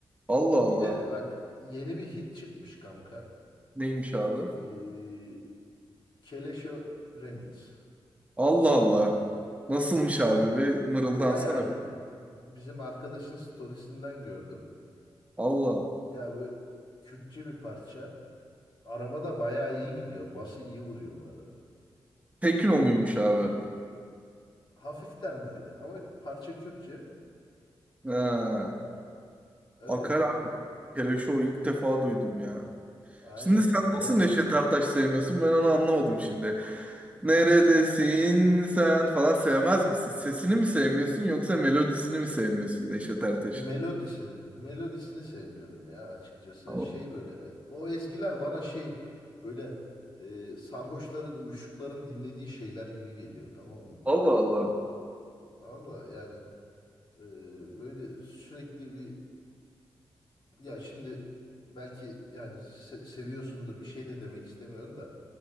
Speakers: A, on the right; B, on the left.
A: Allah
B: Bir
A: Allah.
B: de bak yeni bir hit çıkmış kanka.
A: Neymiş abi?
B: Ee, Keleşo Remix.
A: Allah Allah. Nasılmış abi? Bir mırıldansana.
B: Bayağı
A: bir.
B: iyi. Bizim arkadaşın storiesinden gördüm.
A: Allah.
B: Ya böyle Kürtçe bir parça. Arabada bayağı iyi gidiyor. Bası iyi vuruyor bu arada.
A: Tekno muymuş abi?
B: Hafiften böyle ama parça Kürtçe.
A: Ha.
B: Öyle
A: Akar
B: kanka.
A: abi Keleşo ilk defa duydum ya.
B: Aynen
A: Şimdi sen
B: bayağı
A: nasıl Neşet
B: iyi.
A: Ertaş sevmiyorsun? Ben onu anlamadım şimdi. Neredesin sen falan sevmez misin? Sesini mi sevmiyorsun yoksa melodisini mi sevmiyorsun Neşet Ertaş'ın?
B: Melodisini, melodisini sevmiyorum ya açıkçası.
A: Allah
B: Şey böyle, o ezgiler bana şey böyle e, sarhoşların, uyuşukların dinlediği şeyler gibi geliyor tamam mı?
A: Allah.
B: Valla yani e, böyle sürekli bir ya şimdi belki yani se- seviyorsundur bir şey de demek istemiyorum da